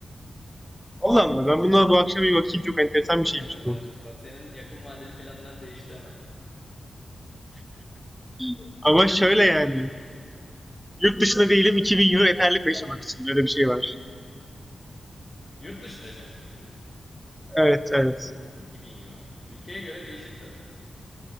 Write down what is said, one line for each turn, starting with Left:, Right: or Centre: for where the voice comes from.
Centre: Allah Allah ben buna bu akşam bir bakayım çok enteresan bir şeymiş
Left: Aynen araştır.
Centre: bu.
Left: Bak senin yakın vadeli planlar değişti hemen.
Centre: <laughs> Ama şöyle yani Yurt dışında değilim 2000 euro yeterli mi yaşamak için? Öyle bir şey var.
Left: Yurt dışında yaşamak için mi diyorsun?
Centre: Evet evet.
Left: 2000 euro. Ülkeye göre değişir tabi.